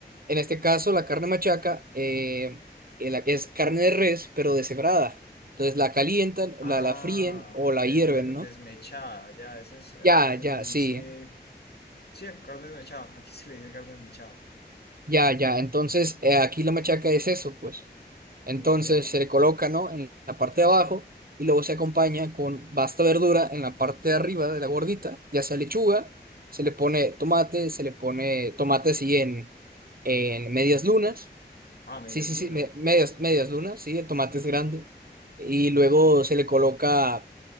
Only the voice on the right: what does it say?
En este caso, la carne machaca eh, eh, la- es carne de res, pero deshebrada. Entonces la calientan,
la, la fríen o la
hierven,
¿no?
Ya,
ya,
sí.
Ya, ya. Entonces, eh, aquí la machaca es eso, pues. Entonces
se le coloca, ¿no? En la parte de abajo y luego se acompaña con basta verdura en la parte de arriba de la gordita, ya sea lechuga, se le pone tomate, se le pone tomate así en, en medias
lunas,
sí, sí,
sí, me- medias, medias lunas, sí, el tomate es grande. Y luego se le coloca